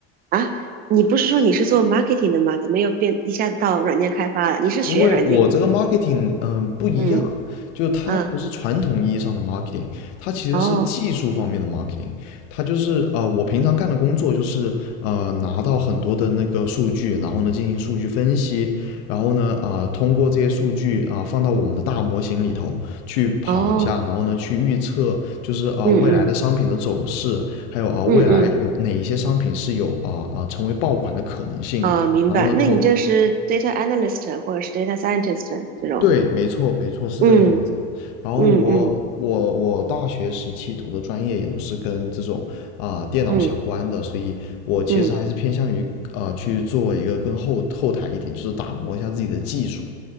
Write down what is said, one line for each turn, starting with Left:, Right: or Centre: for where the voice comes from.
Right: 啊，你不是说你是做 marketing 的吗？怎么又变一下子到软件开发了？你是学软件？
Left: 因为我这个 marketing，嗯，不一样，
Right: 嗯。
Left: 就它不是传统意义上的
Right: 嗯，
Left: marketing，它其实是技术方面的
Right: 哦，
Left: marketing，它就是呃，我平常干的工作就是呃，拿到很多的那个数据，然后呢进行数据分析，然后呢啊、通过这些数据啊、放到我们的大模型里头去跑一下，
Right: 哦，
Left: 然后呢去预测就是啊、
Right: 嗯嗯
Left: 未来的商品的走势，还有啊、未来有哪一些商品是有啊啊、
Right: 嗯嗯，
Left: 成为爆款的可能性，
Right: 啊，明白。
Left: 然后呢通
Right: 那你就是 data analyst 或者是 data scientist 这种？
Left: 对，没错，没错，是这个样子。
Right: 嗯
Left: 然后我我我大学时期读的专业也都是跟这种啊、
Right: 嗯嗯
Left: 电脑相关的，
Right: 嗯
Left: 所以我其实还是偏向于啊去做一个更后后台一点，
Right: 嗯，
Left: 就是打磨一下自己的技术。